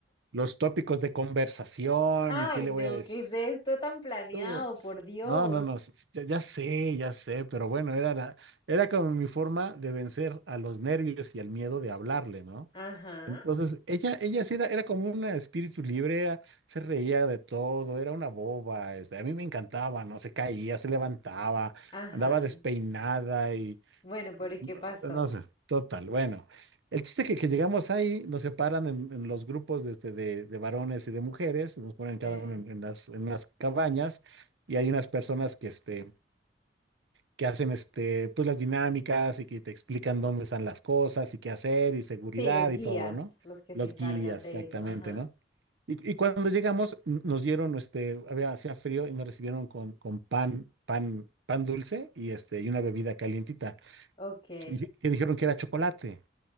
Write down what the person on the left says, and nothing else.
Ay,
no,
¿qué es esto tan planeado?
Por Dios.
Ajá,
ajá.
Bueno, pero
¿y
qué pasó?
Sí.
Sí, los guías,
los que se
encargan
de
eso. Ajá.
Ok.